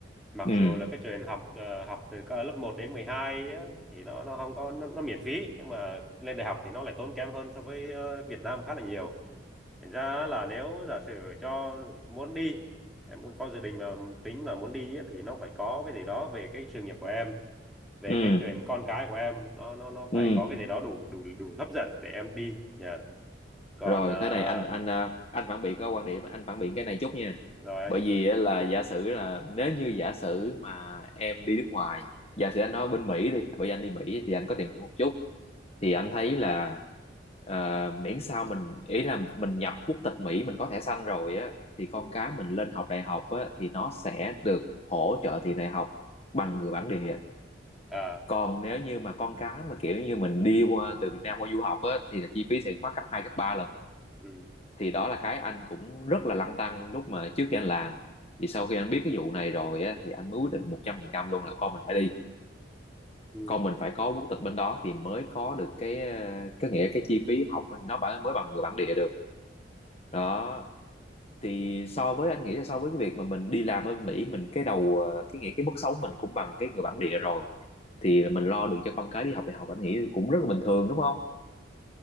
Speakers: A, in the centre; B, on the left.
A: mặc
B: ừ
A: dù là cái chuyện học ờ, học từ cỡ lớp một đến 12 á, thì nó nó không có nó, nó miễn phí nhưng mà lên đại học thì nó lại tốn kém hơn so với ờ, Việt Nam khá là nhiều thành ra là nếu giả sử cho muốn đi em cũng có dự định mà tính mà muốn đi á, thì nó phải có cái gì đó về cái sự nghiệp của em về
B: ừ
A: cái chuyện con cái của em nó nó nó phải
B: ừ
A: có cái gì đó đủ đủ đủ hấp dẫn để em đi nhờ còn
B: rồi
A: ờ,
B: thế này anh anh à, anh phản biện có quan điểm anh phản biện cái này chút nha
A: rồi anh
B: bởi vì á, là giả sử là nếu như giả sử mà em đi nước ngoài giả sử anh nói bên Mỹ đi bởi vì anh đi Mỹ thì anh có tìm hiểu một chút thì
A: ừ,
B: anh thấy là ờ, miễn sao mình ý là mình nhập quốc tịch Mỹ mình có thẻ xanh rồi á thì con
A: ừ,
B: cái mình lên học đại học á thì nó sẽ được hỗ trợ tiền đại học bằng người bản địa
A: à,
B: còn nếu như mà con cái mà kiểu như mình đi qua từ Việt Nam qua du học á thì là chi phí sẽ mắc gấp hai gấp ba lần
A: ừ,
B: thì đó là cái anh cũng rất là lăn tăn lúc mà trước khi anh làm thì sau khi anh biết cái vụ này rồi á thì anh mới quyết định một trăm phần trăm luôn là con mình phải đi
A: ừ,
B: con mình phải có quốc tịch bên đó thì mới có được cái ờ, cái nghĩa cái chi phí học nó bả- mới bằng người bản địa được đó thì so với anh nghĩ là so với cái việc mà mình đi làm ở Mỹ mình cái đầu ờ, cái nghĩa cái mức sống mình cũng bằng cái người bản địa rồi thì mình lo được cho con cái đi học đại học anh nghĩ cũng rất là bình thường đúng không